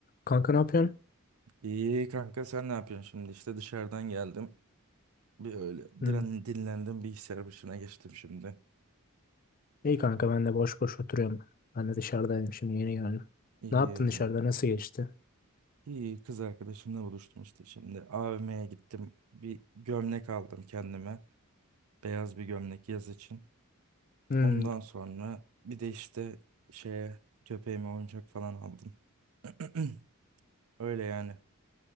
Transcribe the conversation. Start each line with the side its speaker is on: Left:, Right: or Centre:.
Left: Kanka ne yapıyorsun?
Right: İyi kanka sen ne yapıyorsun şimdi? İşte dışarıdan geldim. Bir öyle
Left: Hı.
Right: diren, dinlendim bilgisayar başına geçtim şimdi.
Left: İyi kanka ben de boş boş oturuyorum. Ben de dışarıdaydım şimdi yeni geldim.
Right: İyi.
Left: Ne yaptın dışarıda nasıl geçti?
Right: İyi kız arkadaşımla buluştum işte şimdi. AVM'ye gittim. Bir gömlek aldım kendime. Beyaz bir gömlek yaz için.
Left: Hı.
Right: Ondan sonra bir de işte şeye köpeğime oyuncak falan aldım. <clears throat> Öyle yani.